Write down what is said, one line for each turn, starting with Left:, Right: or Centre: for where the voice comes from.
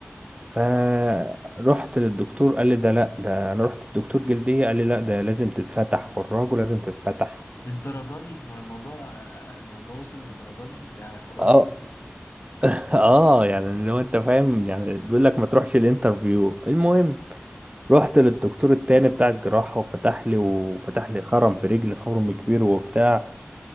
Right: فرحت للدكتور قال لي ده لا ده انا رحت للدكتور جلديه قال لي لا ده لازم تتفتح خراج ولازم تتفتح
Left: للدرجة دي هو الموضوع آه، الموضوع وصل للدرجة دي ده خراج
Right: اه
Left: كبير
Right: <laughs> اه يعني لو انت فاهم يعني بيقول لك ما تروحش الانترفيو المهم رحت للدكتور التاني بتاع الجراحة وفتح لي وفتح لي خرم في رجلي خرم كبير وبتاع